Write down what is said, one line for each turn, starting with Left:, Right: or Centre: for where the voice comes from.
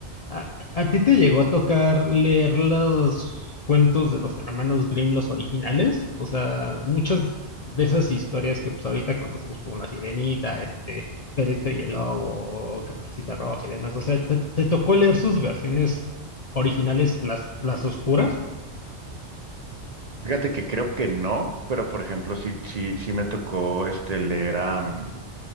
Left: ¿A, a ti te llegó a tocar leer los cuentos de los hermanos Grimm, los originales? O sea, muchas de esas historias que pues ahorita conocemos como La Sirenita, este, Perrito y el Lobo, Caperucita Roja y demás. O sea, ¿te, te tocó leer sus versiones originales, las, las oscuras?
Right: Fíjate que creo que no, pero por ejemplo, sí, sí, sí me tocó este leer a, mm,